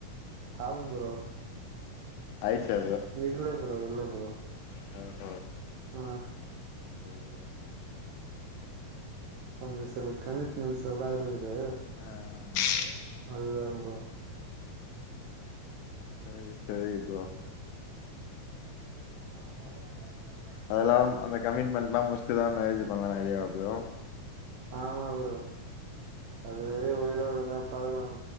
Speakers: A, on the right; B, on the left.
A: ஆவு ப்ரோ
B: ஆயிச்சா
A: இட்ல்ல ப்ரோ இல்ல ப்ரோ
B: ஹ...
A: ஆ
B: இயா
A: வந்து சில கமிட்மெண்ட்ஸ்லா இருக்கு து
B: ஆ ஆ
A: அதுதா ப்ரோ
B: சரி சரி ப்ரோ
A: ஹ
B: அதெல்லாம் அந்த கமிட்மெண்ட் லாம் முடிச் இப்பத மேரேஜ் பண்ணலா ஐடியா லோ
A: ஆமாபுரோ அது வரை உயிரோ இருந் பாகலாம்